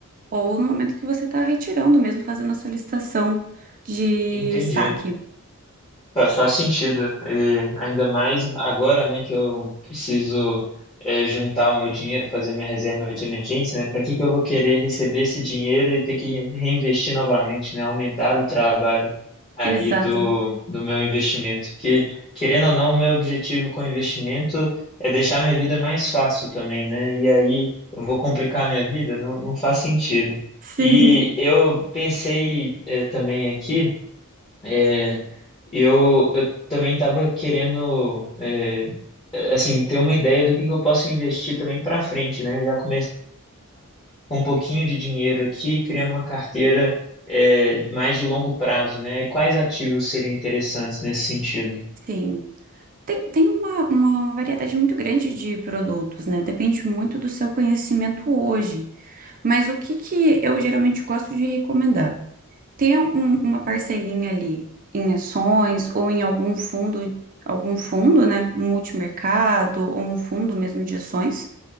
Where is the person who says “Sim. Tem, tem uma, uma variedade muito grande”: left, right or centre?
Right